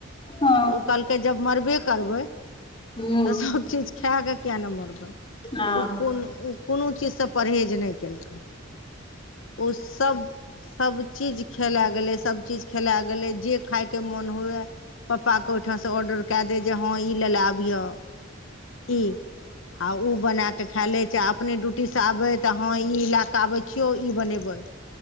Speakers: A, on the left; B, on the left.
A: हँ
B: कहलकै जब मरबे करबै
A: हूँ
B: तऽ सब चीज खेकऽ किये नहि मरबै उ
A: आ
B: कोन उ कोनो चीजसँ परहेज नहि केलकै ओ सब सभचीज खेले गेलै सभचीज खेले गेलै जे खायके मोन हुए पप्पा के ओहिठाम से ऑर्डर के दय जे हँ ई ले ले आबिह ई आ ओ बने कऽ खे लै चाहे अप अपने ड्यूटीसँ आबै तऽ हँ ई लै कऽ आबै छियौ ई बनेबै